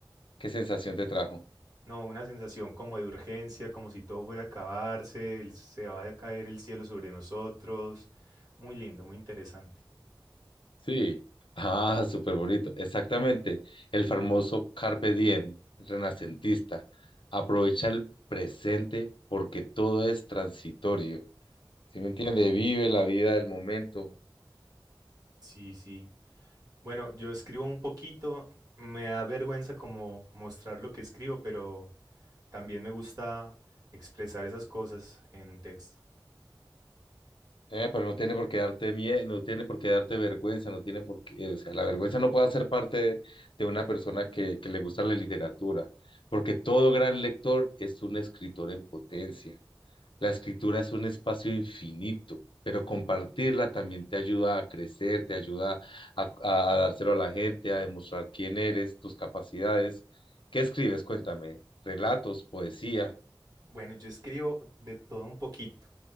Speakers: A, on the left; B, on the right.
A: qué sensación te trajo.
B: No, una sensación como de urgencia, como si todo fuera a acabarse, el- se va a caer el cielo sobre nosotros. Muy lindo, muy interesante.
A: Sí. Ah, súper bonito. Exactamente. El famoso Carpe Diem, renacentista. Aprovecha el presente porque todo es transitorio. ¿Sí me entiende? Vive la vida del momento.
B: Sí, sí. Bueno, yo escribo un poquito, me da vergüenza como mostrar lo que escribo, pero también me gusta expresar esas cosas en un texto.
A: Eh, pero no tiene por qué darte miedo, no tiene por qué darte vergüenza, no tiene por qué, o sea, la vergüenza no puede ser parte de de una persona que, que le gusta la literatura, porque todo gran lector es un escritor en potencia. La escritura es un espacio infinito, pero compartirla también te ayuda a crecer, te ayuda a, a- a dárselo a la gente, a demostrar quién eres, tus capacidades. ¿Qué escribes? Cuéntame. Relatos, poesía.
B: Bueno, yo escribo de todo un poquito,